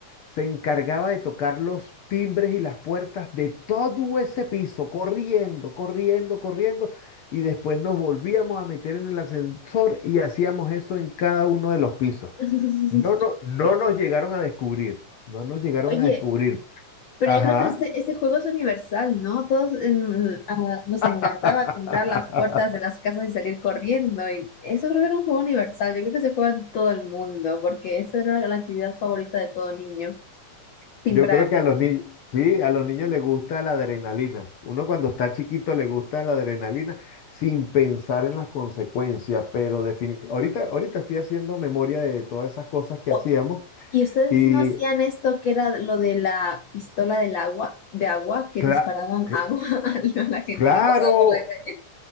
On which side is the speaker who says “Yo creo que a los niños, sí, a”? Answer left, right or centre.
Left